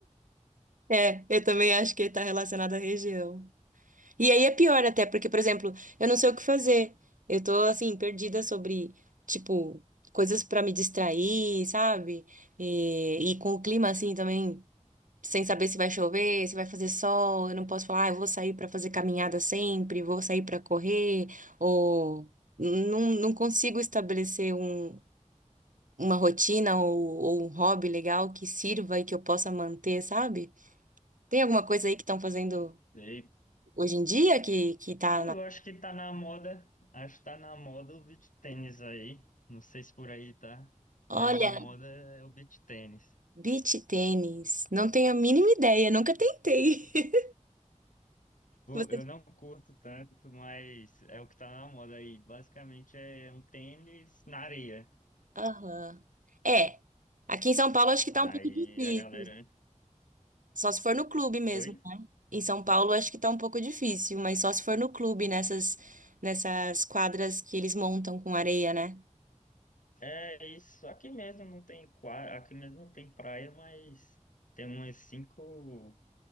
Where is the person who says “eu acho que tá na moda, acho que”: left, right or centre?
Left